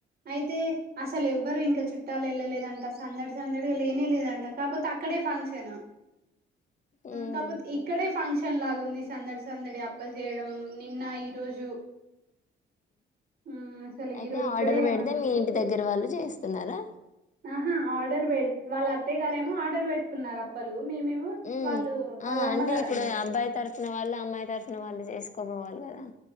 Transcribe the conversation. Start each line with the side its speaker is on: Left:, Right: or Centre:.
Right: అయితే
Left: ఉమ్
Right: అసలు ఎవ్వరు ఇం ఇంకా చుట్టాలు వెళ్ళలేదంట సందడి సందడిగా లేనే లేదంట కాకపోతే అక్కడే ఫంక్షన్ ఆ
Left: ఉమ్
Right: కాపోతే ఇక్కడే ఫంక్షన్ లాగు ఉంది సందడి సం సందడి అప్పలు చేయడం నిన్న ఈ రోజు ఉమ్ అసలు
Left: అయితే
Right: ఈరో ఇక్కడే
Left: ఆర్డర్ పెడితే
Right: అందరు
Left: మీ ఇంటి దగ్గర వాళ్ళు చేస్తున్నారా
Right: ఆహా ఆర్డర్ పె వాళ్ళ అత్తయ్య గారేమో ఆర్డర్ పెట్టుకున్నారు అప్పలు మేమేమో
Left: ఉ
Right: వాళ్ళు వాళ్ళ
Left: ఆ
Right: అమ్మగారు
Left: అంటే ఇప్పుడు
Right: అన్నట్టు
Left: అబ్బాయి తరపున వాళ్ళు అమ్మాయి తరపున వాళ్ళు చేసుకు <unintelligible> ఆ